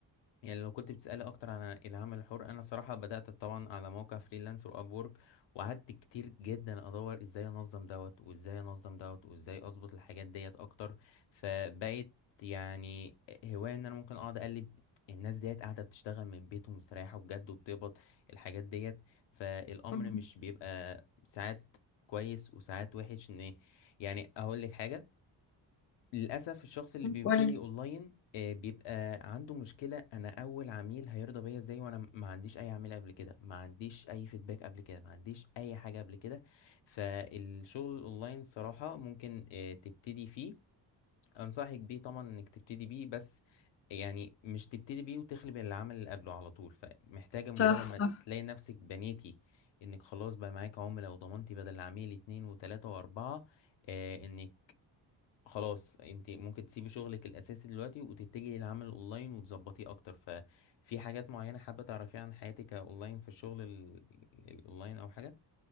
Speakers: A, on the left; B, on the left.
A: يعني لو كنت بتسألي أكتر عن العمل الحر أنا صراحة بدأت طبعا على موقع فريلانس وأب وورك وقعدت كتير جدا أدور إزاي أنظم دوت وإزاي أنظم دوت وإزاي أظبط الحاجات ديت أكتر فبقيت يعني هواية إن أنا ممكن أقعد أقلب الناس ديت قاعدة بتشتغل من بيت ومستريحة بجد وبتقبض الحاجات ديت فالأمر
B: مم.
A: مش بيبقى ساعات كويس وساعات وحش إن يعني أقول لك حاجة للأسف الشخص اللي بيبتدي
B: قولي
A: أونلاين آه، بيبقى عنده مشكلة أنا أول عميل هيرضى بيا إزاي وأنا ما عنديش أي عميل قبل كده ما عنديش أي فيدباك قبل كده ما عنديش أي حاجة قبل كده فالشغل الأونلاين صراحة ممكن آه، تبتدي فيه أنصحك بيه طبعا إنك تبتدي بيه بس يعني مش تبتدي بيه وتخلي بالعمل اللي قبله على طول فمحتاجة مجرد
B: صح
A: ما تلاقي نفسك بنيتي إنك خلاص بقى معاك عملاء وضمنتي بدل عميل اتنين وتلاتة وأربعة آه، انك خلاص انت ممكن تسيبي شغلك الاساسي دلوقتي وتتجهي للعمل الاونلاين وتظبطيه اكتر ففي حاجات معينة حابة تعرفيها عن حياتك اونلاين في الشغل ال- ال- الاونلاين او حاجة